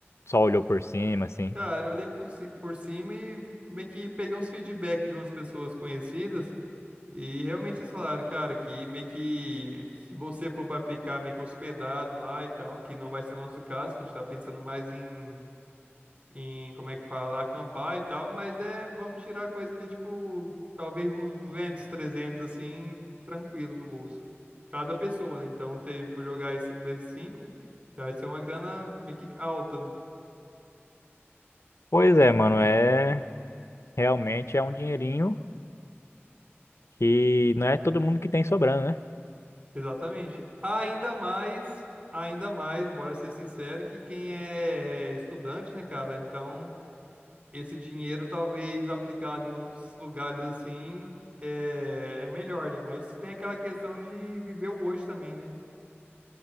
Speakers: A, on the left; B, on the right.
A: só olhou por cima, assim?
B: Cara, eu olhei por, ci- por cima e meio que peguei uns feedback de umas pessoas conhecidas e realmente eles falaram, cara, que meio que se você for para ficar meio que hospedado lá e tal, que não vai ser o nosso caso, que a gente tá pensando mais em, em como é que fala, acampar e tal, mas é, vamos tirar coisa ali, tipo, talvez uns duzentos trezentos assim, tranquilo do bolso. Cada pessoa, né? Então, se for jogar isso vezes 5 já vai ser uma grana meio que alta, né?
A: Pois é, mano, é... Realmente é um dinheirinho que não é todo mundo que tem sobrando, né?
B: Exatamente. Ainda mais, ainda mais, bora ser sincero, que quem é estudante, né, cara? Então, esse dinheiro talvez aplicado em outros lugares assim é, é melhor, né? Mas tem aquela questão de viver o hoje também, né?